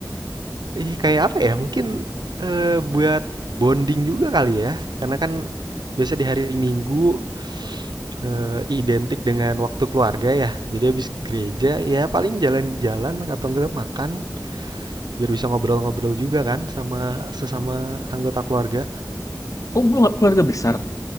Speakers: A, on the right; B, on the left.
A: ih kayak apa ya? Mungkin eh, buat bonding juga kali ya, karena kan biasa di hari Minggu eh, identik dengan waktu keluarga ya. Jadi habis gereja ya paling jalan-jalan atau enggak makan biar bisa ngobrol-ngobrol juga kan sama sesama anggota keluarga.
B: Oh, belum keluarga besar,